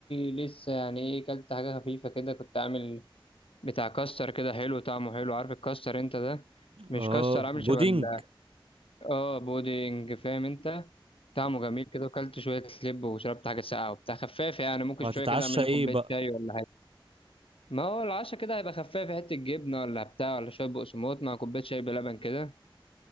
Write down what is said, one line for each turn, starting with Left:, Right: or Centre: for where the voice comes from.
Left: لسه يعني ايه كلت حاجه خفيفه كده كنت عامل بتاع كاستر كده حلو طعمه حلو عارف الكاستر انت ده مش
Right: اه
Left: كاستر عامل
Right: بودينج
Left: شبه ال- اه بودنج فاهم انت طعمه جميل كده وكلت شويه لب وشربت حاجه ساقعه وبتاع خفاف يعني ممكن
Right: وهتتعشى
Left: شويه كده اعمل لي
Right: ايه
Left: كوبايه
Right: بقى
Left: شاي ولا حاجه ما هو العشا كده هيبقى خفيف في حتة جبنة ولا بتاع ولا شوية بقسماط مع كوباية شاي بلبن كده